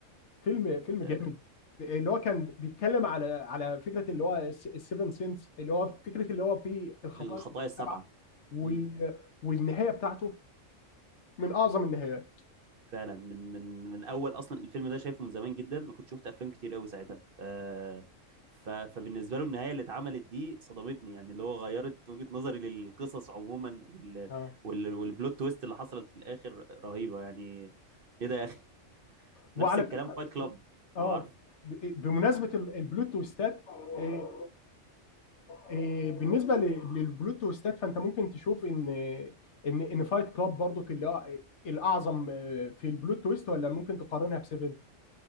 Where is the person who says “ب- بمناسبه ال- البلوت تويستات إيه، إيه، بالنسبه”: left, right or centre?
Left